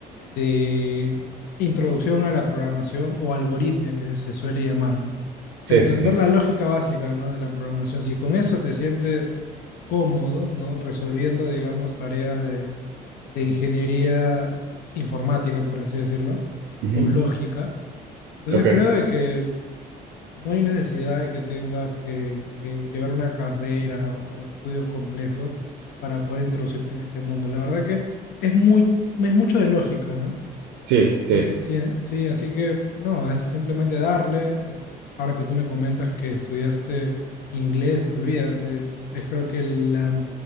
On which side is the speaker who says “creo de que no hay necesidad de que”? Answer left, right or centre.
Left